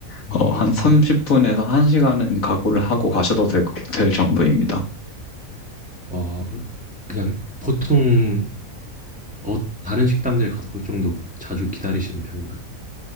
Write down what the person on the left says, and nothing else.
어,
한 30분에서 1시간은 각오를 하고 가셔도 될, 거- 될 정도입니다.